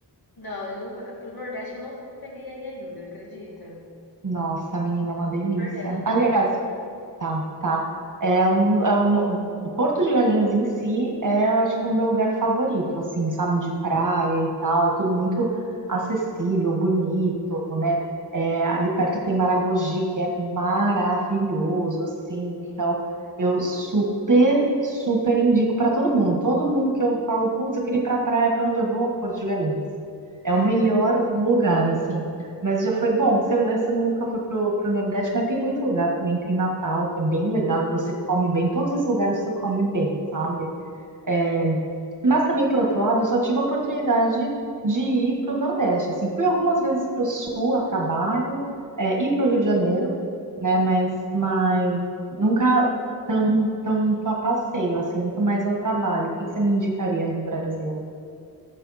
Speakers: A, on the left (about 55°); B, on the right (about 45°).
A: Não, eu nunca, pro Nordeste eu não cheguei aí ainda, acredita?
B: Nossa, menina, é uma delícia.
A: Tô perdendo, né?
B: Aliás, Tá, tá. É, um- é um- no- o Porto de Galinhas em si é, eu acho que, o meu lugar favorito, assim, sabe, de praia e
A: Uhum,
B: tal. É tudo muito acessível, bonito, né? É, ali perto tem Maragogi, que é maravilhoso, assim.
A: sim.
B: Então, eu super, super indico para todo mundo. Todo mundo que eu falo, putz, eu queria ir pra praia, pra onde eu vou? Porto de Galinhas. É
A: <laughs>
B: o melhor lugar, assim. Mas já foi bom. Você, você nunca foi pro, pro Nordeste, mas tem muito lugar também. Tem Natal, que é bem legal. Você come bem. Todos esses lugares você come bem, sabe? É, Mas também, por outro lado, eu só tive a oportunidade de ir pro Nordeste. Assim, fui algumas vezes pro Sul a trabalho, é, e pro Rio de Janeiro, né? Mas, mas
A: Hum.
B: nunca tão, tão a passeio, assim, muito mais ao trabalho. O que que você me indicaria no Brasil?